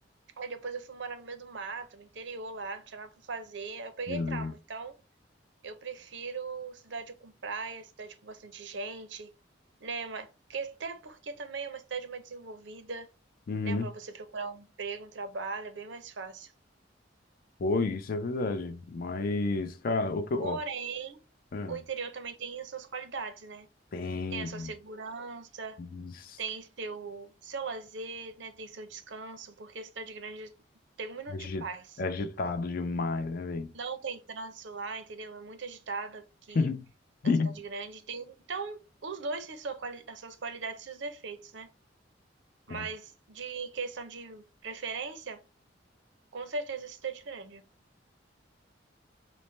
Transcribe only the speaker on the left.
Meu
Deus.
Uhum.
Foi, isso é verdade. Mas, cara, o que eu.
Ó, é,
tem.
is-
agi-
é Agitado demais, né, velho?
<laughs>
É,